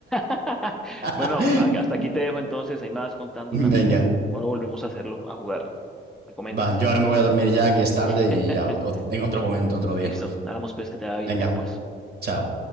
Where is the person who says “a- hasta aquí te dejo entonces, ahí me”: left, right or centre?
Centre